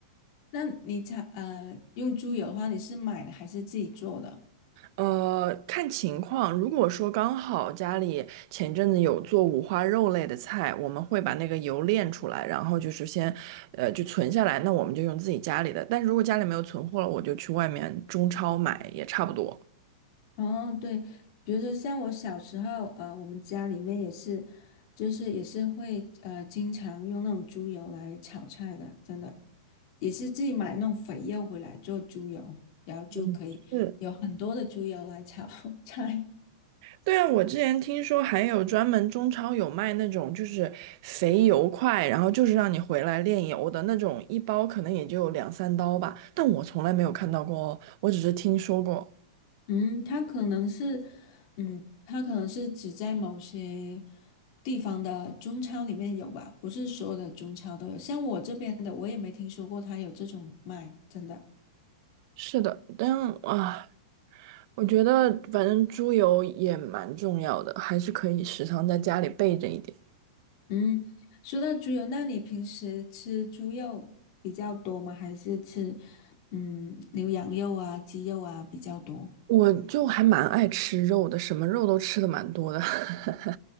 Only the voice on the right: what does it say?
呃，看情况，如果说刚好家里前阵子有做五花肉类的菜，我们会把那个油炼出来，然后就是先，呃，就存下来，那我们就用自己家里的。但是如果家里没有存货了，我就去外面中超买，也差不多。
嗯，是，
对啊，我之前听说还有专门中超有卖那种就是肥油块，然后就是让你回来炼油的那种，一包可能也就两三刀吧，但我从来没有看到过哦，我只是听说过。
是的，但啊，我觉得反正猪油也蛮重要的，还是可以时常在家里备着一点。
我就还蛮爱吃肉的，什么肉都吃的蛮多的。<laughs>